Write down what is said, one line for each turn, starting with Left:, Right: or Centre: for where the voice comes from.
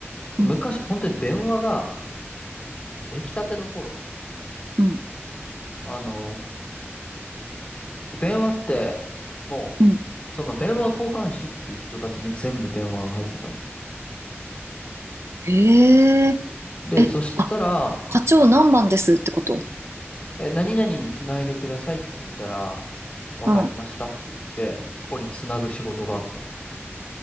Left: 昔、
Right: うん。
Left: 本当に電話が、出来たての頃、
Right: うん。
Left: あの、電話って、もう、
Right: うん。
Left: その電話交換士っていう人たちに全部電話が入ってたの。
Right: へえ。
Left: で、
Right: え、
Left: そしたら、
Right: あ、課長何番ですってこと
Left: え、何々につないでくださいって言ったら、わかりましたって言って、
Right: うん。
Left: そこにつなぐ仕事があったの。